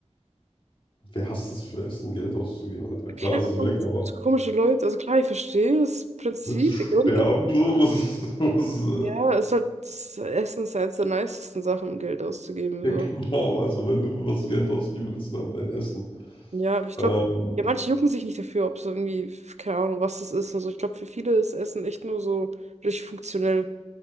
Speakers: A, on the left (about 50°); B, on the right (about 75°).
A: Wer hasst es für Essen, Geld auszugeben, Alter? Klar,
B: Keine
A: es ist
B: Ahnung,
A: weg, aber
B: so komische Leute. Also klar, ich verstehe das Prinzip,
A: willst du sterben?
B: den Grund
A: So, was ist, <laughs> was,
B: Ja, es ist halt, das Essen ist ja eins der nicesten Sachen, um Geld auszugeben.
A: äh,
B: So.
A: ja, genau, also wenn du für was Geld ausgeben willst, dann dein Essen.
B: Ja, aber ich
A: Ähm,
B: glaube, ja, manche jucken sich nicht dafür, ob es irgendwie, keine Ahnung, was das ist und so. Ich glaube, für viele ist Essen echt nur so richtig funktionell.